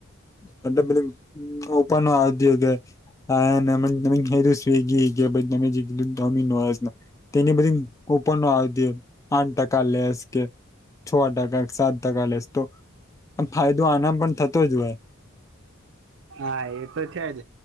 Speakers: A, on the left (about 15°); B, on the right (about 60°).
A: મતલબ પેલી ઉપર નો આવયોગ. આમમું સ્વિગી કે બમ જેટલુ ડોમિનોઝસ. તેની બધી ઉપપર ન આવ દ આઠ ટકા લેસ કે. છ ટકા સાત ટકા લેશ તો આમ ફાયદો આના પણ થતો જ હોય.
B: હા એ તો છે જ.